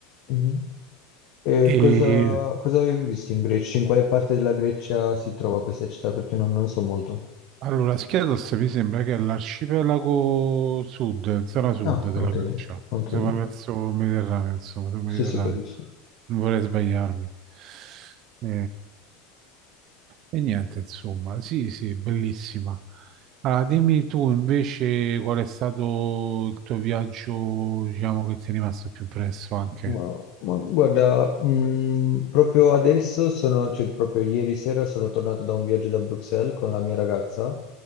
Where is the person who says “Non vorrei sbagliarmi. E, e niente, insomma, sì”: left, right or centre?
Right